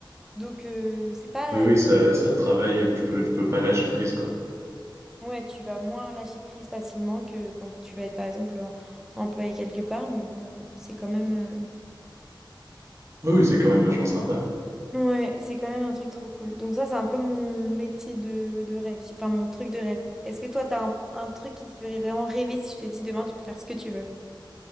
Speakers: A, in the centre; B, on the right.
A: Donc, euh, c'est pas
B: oui, oui,
A: une...
B: ça, ça te travaille, tu peux, tu peux pas lâcher prise, quoi.
A: Ouais, tu vas moins lâcher prise facilement que quand tu vas être, par exemple, en- employé quelque part, mais bon, euh, c'est quand même... euh,
B: Oui, oui, c'est quand même vachement sympa.
A: Ouais, c'est quand même un truc trop cool. Donc ça, c'est un peu mon métier de, de rêve, j'- enfin mon truc de rêve. Est-ce que toi, t'as un, un truc qui te ferait vraiment rêver si je te dis demain, tu peux faire ce que tu veux?